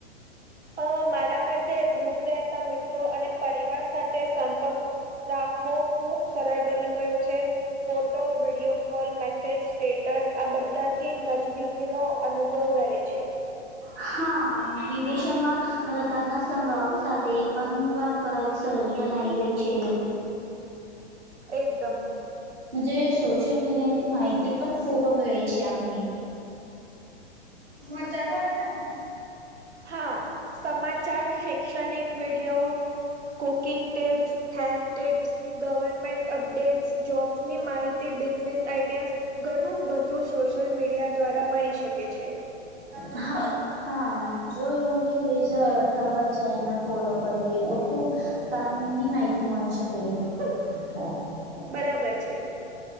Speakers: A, on the right (about 80°); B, on the right (about 60°).
A: અ મારા માટે દૂર રહેતા મિત્રો અને પરિવાર સાથે સંપર્ક રાખવો ખુબ સરળ બની ગયો છે. Photo, video call, message, status આ બધાથી નજદીકીનો અનુભવ રહે છે.
B: હા વિદેશમાં રતાના સંઘાઓ સાથે પણ વાત કરાવી સહજ બનાઈ ગઈ છે.
A: એકદમ.
B: જ સોશલ મીડિયાથી માહિતી પણ ખૂબ મેળ છે આપને. મજ્જા <inaudible>
A: હા સમાચાર, શૈક્ષણિક video cooking tips, health tips government update, જોબ્સની માહિતી, બિઝનેસ આઈડિયા ઘણું બધું સોશયલ મીડિયા દ્વારા મળી શકે છે.
B: હ હા જો યોગ્ય પેજ અથવા ચેનલ ફોલો કરીએ તો ખૂબ કામ ની માહિતી મળી શકે. <inaudible>
A: બરાબર છે.